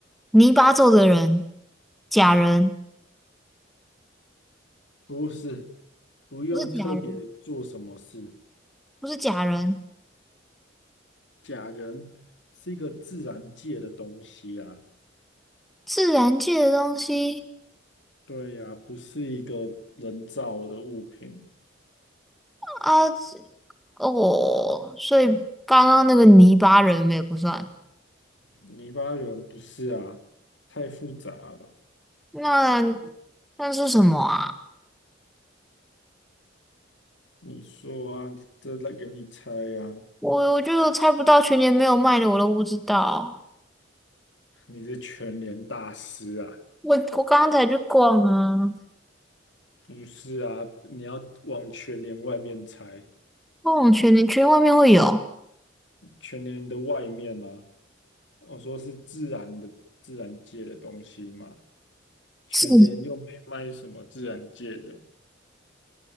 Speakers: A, in the centre; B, on the left.
A: 泥巴做的人，假人，
B: 不是，不用特别做什么事。
A: 不是假人，不是假人，
B: 假人是一个自然界的东西啊，
A: 自然界的东西
B: 对呀、不是一个人造的物品。
A: 啊，这哦，所以刚刚那个泥巴人也不算。
B: 泥巴人不是啊，太复杂了。
A: 那那是什么啊？
B: 你说啊，这来给你猜呀、啊
A: 我我就猜不到，全年没有卖的我都不知道。
B: 你是全联大师啊。
A: 我我刚刚才去逛啊，
B: 不是啊，你要往全联外面猜，
A: 逛全年圈外面会有
B: 全联的外面啊，我说是自然的自然界的东西嘛，全联又没卖什么自然界的，
A: 是